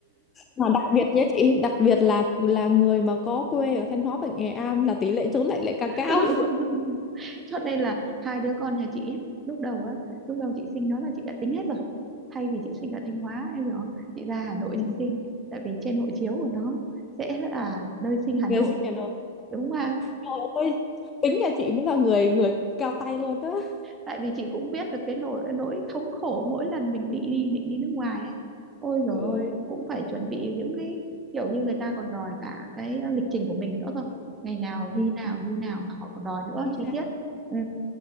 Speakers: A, on the left; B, on the right.
A: mà đặc biệt nhé chị đặc biệt là là người mà có quê ở Thanh Hóa và Nghệ An là tỷ lệ trốn lại lại càng
B: <laughs>
A: cao
B: cho nên là hai đứa con nhà chị ấy, lúc đầu á lúc đầu chị sinh đó là chị đã tính hết rồi thay vì chị sinh ở Thanh Hóa em hiểu không chị ra Hà Nội
A: Ừ.
B: chị sinh tại vì trên hộ chiếu của nó sẽ là nơi sinh Hà
A: người
B: Nội
A: sinh nhà nào
B: đúng không
A: trời ơi tính nhà chị mới là người người cao tay luôn đó
B: tại vì chị cũng biết được cái nỗi nỗi thống khổ mỗi lần mình định đi định đi nước ngoài ấy ôi giời
A: ừ.
B: ơi cũng phải chuẩn bị những cái kiểu như người ta còn đòi cả cái lịch trình của mình nữa cơ ngày nào
A: Ừ.
B: đi nào như nào là họ còn đòi nữa
A: chính
B: chi
A: xác.
B: tiết ừ